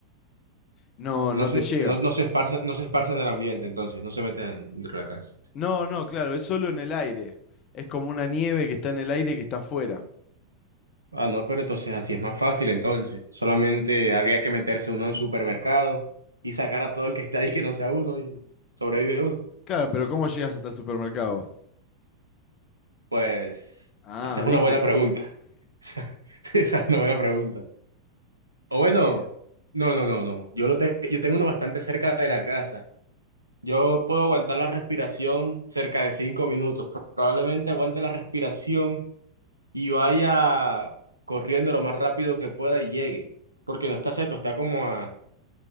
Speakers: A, on the left; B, on the right.
A: No,
B: no
A: no
B: se,
A: te llega.
B: no, no se esparce, no se esparce en el ambiente, entonces, no se mete dentro de la casa.
A: No, no, claro, es solo en el aire. Es como una nieve que está en el aire que está afuera.
B: Ah, no, pero entonces así es más fácil, entonces. Solamente habría que meterse uno en un supermercado y sacar a todo el que está ahí que no sea uno y sobrevive uno.
A: Claro, pero ¿cómo llegas hasta el supermercado?
B: Pues,
A: Ah,
B: esa es una
A: ¿viste?
B: buena pregunta. <laughs> Esa esa es una buena pregunta. O bueno,
A: Eh,
B: no, no, no, no. Yo lo te- yo tengo uno bastante cerca de la casa. Yo puedo aguantar la respiración cerca de cinco minutos. Probablemente aguante la respiración y vaya corriendo lo más rápido que pueda y llegue. Porque no está cerca, está como a,